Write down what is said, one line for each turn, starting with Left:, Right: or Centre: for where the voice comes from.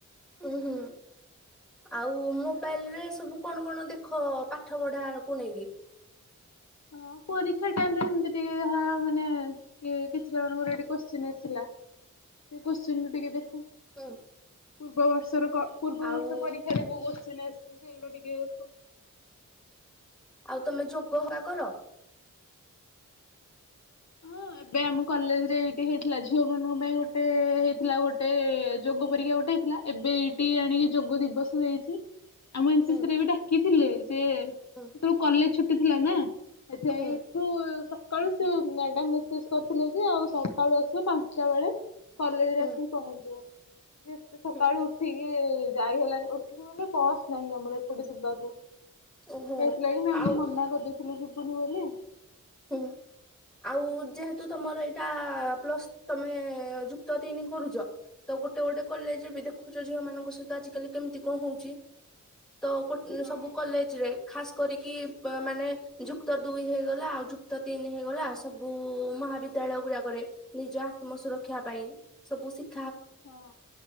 Centre: ଓ ହୁ। ଆଉ ମୋବାଇଲ ରେ ସବୁ କଣ କଣ ଦେଖ ପାଠ ପଢାକୁ ନେଇକି? <unintelligible>
Left: ହଁ ପରୀକ୍ଷା ଟାଇମ ରେ ଟିକେ ଯାହା ମାନେ କିଛି ଜ ମାନଙ୍କର ଆସିଲା ସେ କୋଶ୍ଚିିନୁ ଟିକେ ଦେଖ
Centre: ହୁଁ
Left: ପୂର୍ବ ବର୍ଷର ପୂର୍ବ
Centre: ଆଉ
Left: ବର୍ଷ ପରୀକ୍ଷା ଦେ କିସ ସେଇଗ ଟିକ ଖୁ
Centre: ଆଉ ତମେ ଯୋଗ ହେ କର?
Left: ହଁ ଏବେ ଆମ କଲେଜରେ ଏଇଠି ହେଇଥିଲା ଝିଅ ମାନଙ୍କ ପାଇଁ ଗୋଟେ ହେଇଥିଲା ଗୋଟେ ଯୋଗ ପରକ୍ଷା ଟଇଥିଲା ଏବେ ଏଇଠି ଆଣିକି ଯୋଗ ଦିବସ ଯାଇଛି ଆମ ଏନସି
Centre: ହୁଁ
Left: ରେ ବି ଡାକିଥିଲେ ଯେତେୁ
Centre: ହୁଁ
Left: କଲେଜ ଛୁଟି ଥିଲା ନା ଏ
Centre: ହୁଁ
Left: ଏଠୁ ସକାଳୁ ସେ ମଡାମ କରିଥିଲେ ଯେ ଆଉ ସକାଳୁ ଆସିବ ପାଞ୍ଚଟା ବେଳେ କଲେଜରେ
Centre: ହୁଁ
Left: ଆସିକି ପହଞ୍ଚିବ। ଯେତେ ସକାଳୁ
Centre: ହୁଁ
Left: ଉଠିକି ଯାଇ ହେଲଣି ଉଠିକି ମାନେ ବସ୍ ନାହିଁ ଆମର ଏପଟେ ଯିବାକୁ।
Centre: ଓହୋ
Left: ହେଥିଲାଗି ନାଇ
Centre: ଆଉ
Left: ମାମ କ୍ନୁ କରିଦେଇଥିଲୁ ଯିବୁନି ବୋଲ
Centre: ହୁଁ। ଆଉ ଯେହେତୁ ତମର ଏଇଟା ପ୍ଲସ ତମେ ଯୁକ୍ତ ତିନି କରୁଛ? ତ ଗୋଟେ ଗୋଟେ କଲେଜରେ
Left: ହୁଁ
Centre: ବି ଦେଖୁଛ ଝିଅ ମାନଙ୍କ ସହିତ ଆଜି କାଲି କେମିତି କଣ ହଉଛି। ତ
Left: ହଁ
Centre: ସବୁ କଲେଜ ରେ ଖାସ କରିକି ମାନେ ଯୁକ୍ତ ଦୁଇ ହେଇଗଲା ଆଉ ଦନ ହେଇଗଲା ସବୁ ମହାବିଦ୍ୟାଳୟ ଗୁଡାକରେ ନିଜ ଆତ୍ମ ସୁରକ୍ଷା ପାଇଁ ସବୁ ଶିକ୍ଷା
Left: ହଁ